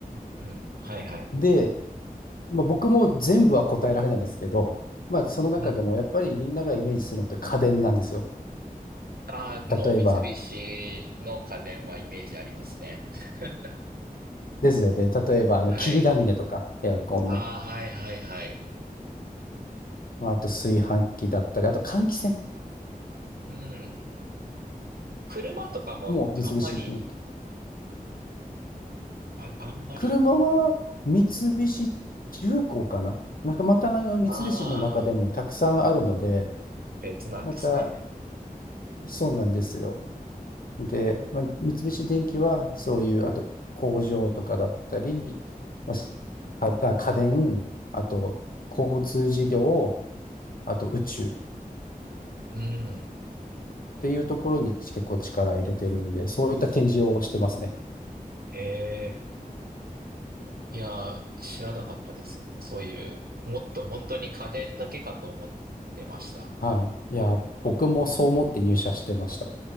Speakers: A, on the right; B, on the left.
A: うんはいはい。
B: で、まあ、僕も全部は答えられないんですけど、まあ、その中でもやっぱりみんながイメージするのって家電なんですよ。
A: うん。ああ、
B: 例えば、
A: もう三菱の家電はイメージありますね。<laughs>
B: ですよね。例えば、あの、
A: はい。
B: 霧ヶ峰とか、エアコンの。
A: ああ、はいはいはい。
B: まあ、あと炊飯器だったり、あと換気扇。
A: うん。車とかもあんまり、
B: もう三菱電機。
A: あ、あんまり
B: 車は三菱重工かななんかまたなんか三菱の中でもたくさんあるので、
A: ああ、別なんですね。
B: またそうなんですよ。で、まあ、三菱電機はそういう、あと工場とかだったり、まあ、すあ、あ家電、あと交通事業、あと宇宙っ
A: うん。
B: ていうところに結構力入れてるんで、そういった展示をしてますね。
A: ええ。いやー、知らなかったです。そういう、もっと本当に家電だけかと思ってました。
B: はい。いや、僕もそう思って入社してました。